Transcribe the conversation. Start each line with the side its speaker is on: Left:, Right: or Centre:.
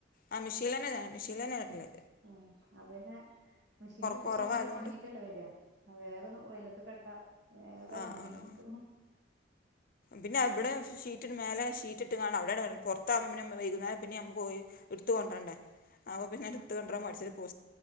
Left: ആ മെഷീനില്ലെന്നേ ഞാൻ മെഷീനില്ലന്നെ അലക്കല്
Right: ഉം അതന്നെ മെഷീനിൽ ഇട്ടക്കാണെങ്കി
Left: കുറവായതുകൊണ്ട്
Right: ഒണങ്ങിട്ടല്ലേ വരാ വേഗം ഒന്ന് വെയിലത്ത്ക്ക് ഇട്ടാൽ വേഗം
Left: ആഹ്
Right: ഒണങ്ങി
Left: ആഹ്
Right: കിട്ടും
Left: പിന്നെ ഇവിടെ ഷീറ്റിന് മേലെ ഷീറ്റ് ഇട്ട്ക്കാണ്ട് അവിടാണ് പുറത്താവുമ്പൊ പിന്നെ വൈകുന്നാരം പിന്നെ നമ്മൾ പോയി എടുത്തു കൊണ്ടരണ്ടേ അപ്പൊ പിന്നെ എടുത്തു കൊണ്ടരാൻ മടിച്ചിട്ട് പോ